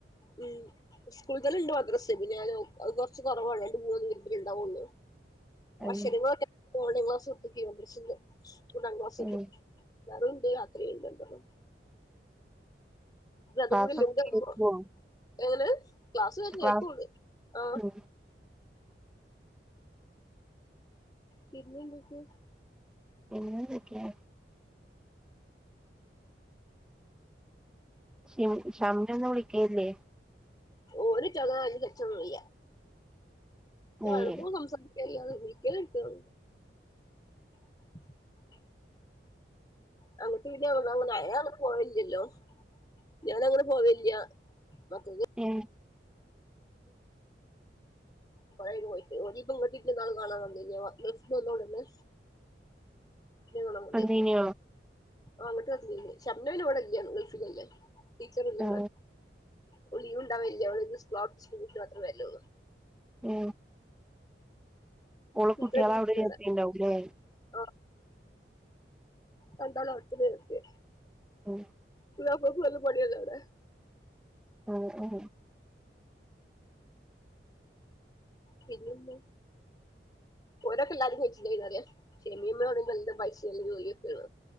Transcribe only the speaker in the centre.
ആഹ്
ഏഹ്
ക്ലാസ്സൊക്കെ
കേട്ട് പോവോ
ക്ലാസ്
ഉം
പിന്നെന്തൊക്കെ ഷിം ഷംനന്നും വിളിക്കലില്ലേ?
ഏ
ഏ
വന്നീനോ
ആ
ഏ ഓളെ കുട്ടികളെ
അവിടെ എത്തിണ്ടാവൂലേ
ഉം
ഒ ഓ